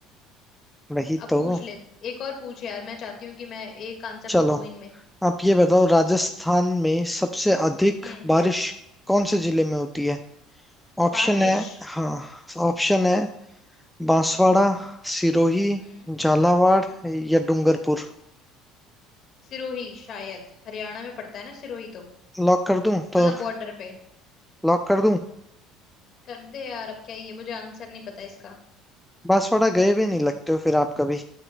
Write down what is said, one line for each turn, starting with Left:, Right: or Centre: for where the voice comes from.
Centre: <laughs> वही
Left: अब
Centre: तो
Left: पूछ ले एक और पूछ यार मैं चाहती हूँ कि मैं एक आंसर
Centre: चलो
Left: तो दूं इनमें
Centre: आप
Left: हम्म
Centre: ये बताओ राजस्थान में सबसे अधिक
Left: हम्म,
Centre: बारिश कौन से जिले में होती है ऑप्शन
Left: बारिश
Centre: है हाँ ऑप्शन है बांसवाड़ा
Left: हम्म
Centre: सिरोही
Left: हम्म
Centre: झालावाड़
Left: हम्म
Centre: या डूंगरपुर
Left: सिरोही शायद हरियाणा में पड़ता है ना सिरोही तो
Centre: लॉक कर दूं
Left: मतलब
Centre: तो
Left: बॉर्डर पे
Centre: लॉक कर दूं
Left: कर दे यार अब क्या ये मुझे आंसर नहीं पता इसका
Centre: बांसवाड़ा गए भी नहीं लगते हो फिर आप कभी